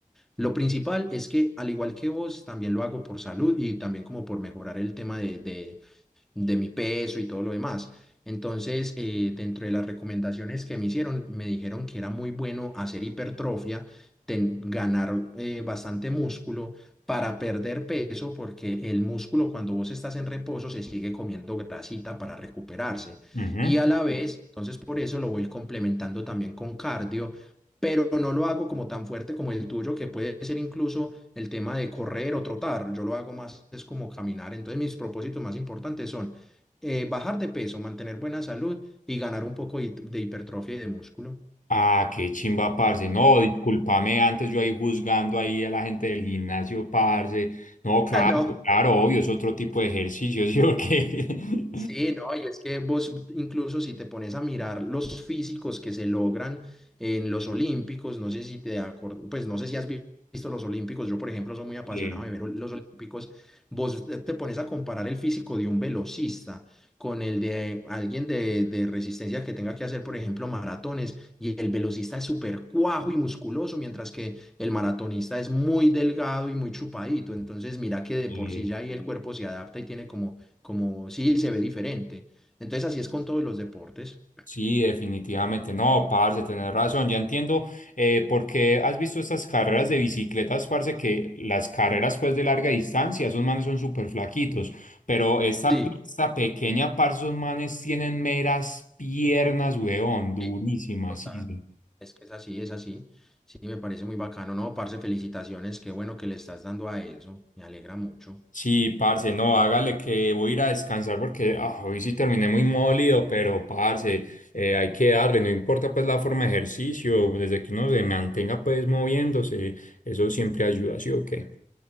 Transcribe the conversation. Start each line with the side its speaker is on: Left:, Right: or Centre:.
Centre: Lo principal es que al igual que vos, también lo hago por salud y también como por mejorar el tema de, de de mi peso y todo lo demás. Entonces, eh, dentro de las recomendaciones que me hicieron, me dijeron que era muy bueno hacer hipertrofia, ten- ganar eh, bastante músculo para perder peso, porque el músculo cuando vos estás en reposo se sigue comiendo grasita para recuperarse.
Left: Ujú.
Centre: Y a la Mm. vez, entonces por eso lo voy complementando también con cardio, pero no lo hago como tan fuerte como el tuyo, que puede ser incluso el tema de correr o trotar, yo lo hago más, es como caminar. Entonces mis propósitos más importantes son eh, bajar de peso, mantener buena salud y ganar un poco hi- de hipertrofia y de músculo.
Left: Ah, qué chimba, parce. No, discúlpame, antes yo ahí juzgando ahí a la gente del gimnasio, parce. No,
Centre: <laughs>
Left: claro,
Centre: No,
Left: claro, obvio, es otro tipo de ejercicio, <laughs> ¿sí o qué? <laughs>
Centre: Sí, no, y es que vos incluso si te pones a mirar los físicos que se logran en los Olímpicos, no sé si te acuerdas, pues no sé si has vi- visto los Olímpicos, yo por ejemplo soy muy apasionado
Left: Que-
Centre: de ver ol- los Olímpicos, vos te te pones a comparar el físico de un velocista con el de alguien de, de resistencia que tenga que hacer por ejemplo maratones y el velocista es súper cuajo y musculoso, mientras que el maratonista es muy delgado y muy chupadito, entonces mira que de
Left: que-
Centre: por sí ya ahí el cuerpo se adapta y tiene como como sí se ve diferente. Entonces así es con todos los deportes.
Left: Sí, definitivamente. No, parce, tenés razón. Ya entiendo eh, por qué has visto estas carreras de bicicletas, parce, que las carreras pues de larga distancia, esos manes son súper flaquitos. Pero esta
Centre: Sí,
Left: pista pequeña, parce, esos manes tienen meras piernas, weón, durísimas,
Centre: sí, total.
Left: sí. sí.
Centre: Es que es así, es así. Sí, me parece muy bacano. No, parce, felicitaciones. Qué bueno que le estás dando a eso. Me alegra mucho.
Left: Sí, parce, no, hágale que voy a ir a descansar porque ah, hoy sí terminé muy molido, pero parce, eh, hay que darle, no importa pues la forma de ejercicio, desde que uno se mantenga pues moviéndose, eso siempre ayuda, ¿sí o qué?